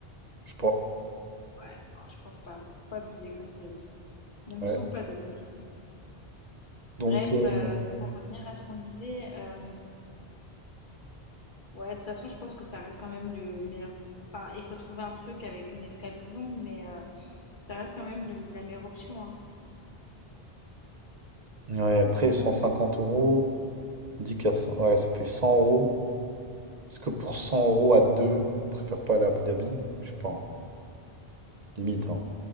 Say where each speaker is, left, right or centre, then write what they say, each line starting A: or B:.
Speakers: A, on the right (about 45°); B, on the left (about 55°).
A: je sais pas.
B: Ouais, non, je pense pas. Faut Pas abuser, comme t'as dit. N'abusons
A: Ouais.
B: pas des bonnes choses.
A: Donc,
B: Bref,
A: euh,
B: euh, pour revenir à ce qu'on disait, euh, ouais, de toute façon, je pense que ça reste quand même le meilleur. Enfin, il faut trouver un truc avec une escale plus longue, mais euh, ça reste quand même le- la meilleure option, hein.
A: ouais, après 150 euros, on dit qu'à 100 ouais, ça fait 100 euros. Est-ce que pour 100 euros à deux, on préfère pas aller à Abu Dhabi? Je sais pas, hein. Limite, hein.